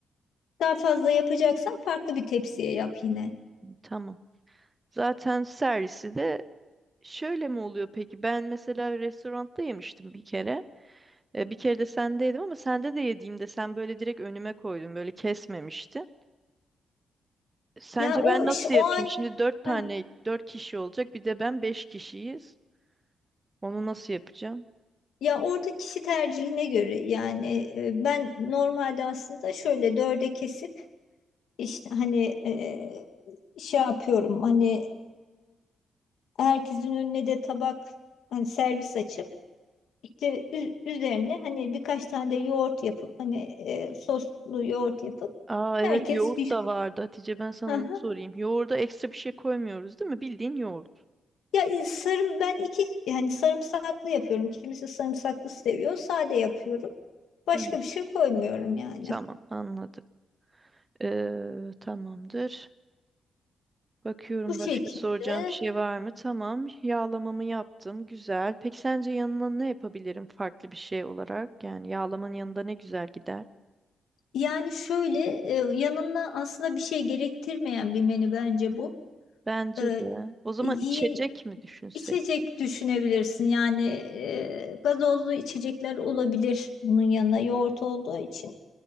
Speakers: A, on the left; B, on the right.
A: Daha fazla yapacaksan farklı bir tepsiye yap yine.
B: tamam. Zaten servisi de Şöyle mi oluyor peki? Ben mesela restoranda yemiştim bir kere. E, Bir kere de sende yedim ama sende de yediğimde sen böyle direkt önüme koydun. Böyle kesmemiştin. Sence
A: Ya o
B: ben
A: iş-
B: nasıl
A: o
B: yapayım?
A: an
B: Şimdi dört tane,
A: Hah.
B: dört kişi olacak. Bir de ben beş kişiyiz. Onu nasıl yapacağım?
A: ya orada kişi tercihine göre yani e, ben normalde aslında şöyle dörde kesip işte hani e, şey yapıyorum hani e, herkesin önüne de tabak hani servis açıp işte ü- üzerine hani birkaç tane de yoğurt yapıp hani e, soslu yoğurt yapıp
B: Aa evet
A: herkes
B: yoğurt
A: bir
B: da vardı. Hatice ben sana
A: Aha.
B: onu sorayım. Yoğurda ekstra bir şey koymuyoruz değil mi? Bildiğin yoğurt.
A: Ya e, sarım ben iki yani sarımsaklı yapıyorum. Kimisi sarımsaklı seviyor. Sade yapıyorum. Başka
B: Hı.
A: bir şey koymuyorum yani.
B: Tamam anladım. Ee, tamamdır. Bakıyorum
A: Bu şekilde
B: başka soracağım bir şey var mı? Tamam. Yağlamamı yaptım. Güzel. Peki sence yanına ne yapabilirim farklı bir şey olarak? Yani yağlamanın yanında ne güzel gider?
A: yani şöyle e, yanına aslında bir şey gerektirmeyen bir menü bence bu.
B: Bence
A: E,
B: de. O zaman
A: yiyin
B: içecek mi düşünsek?
A: içecek düşünebilirsin yani e, gazozlu içecekler olabilir bunun yanına yoğurt olduğu için.